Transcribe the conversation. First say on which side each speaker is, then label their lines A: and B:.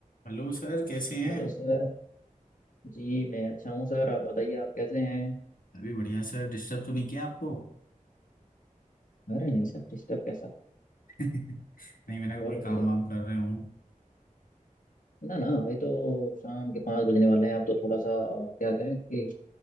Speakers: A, on the left (about 90°); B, on the left (about 70°).
A: Hello sir कैसे
B: Hello
A: हैं
B: sir Ji मैं अच्छा हूँ सर आप बताइए आप कैसे हैं
A: अभी बढ़िया सर डिस्टर्ब तो नहीं किया आपको
B: अरे नहीं सर डिस्टर्ब कैसा
A: <laughs> नहीं मैंने कहा
B: और
A: कोई
B: बताइए
A: काम
B: आप
A: वाम कर रहे हूँ
B: ना ना अभी तो शाम के पाँच बजने वाले हैं अब तो थोड़ा सा क्या कहें कि